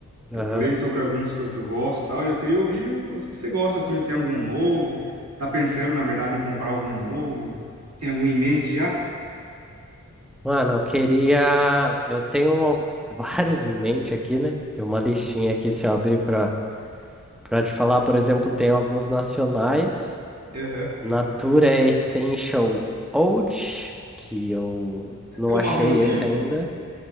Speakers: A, on the right; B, in the centre.
A: Eu
B: Aham.
A: falei sobre alguns que eu, que eu gosto e tal. E eu queria ouvir os que você gosta, assim. Tem algum novo? Tá pensando, na verdade, em comprar algum novo? Tem algum em mente já?
B: Mano, eu queria. Eu tenho al- <laughs> vários em mente aqui, né? Tem uma listinha aqui, se eu abrir pra, pra te falar, por exemplo, tem alguns nacionais.
A: Aham.
B: Natura Essential Old, que eu não
A: É o
B: achei
A: marronzinho?
B: esse ainda.